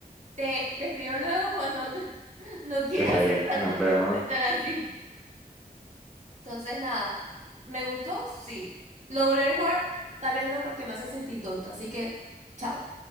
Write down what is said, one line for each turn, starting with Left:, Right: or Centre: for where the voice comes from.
Right: te, te escribo luego cuando <laughs> no quieras
Centre: Está bien,
Right: ser tan,
Centre: nos vemos.
Right: tan así. Entonces, nada, ¿me gustó? Sí. ¿Lo volveré a jugar? Tal vez no, porque me hace sentir tonta. Así que, chao.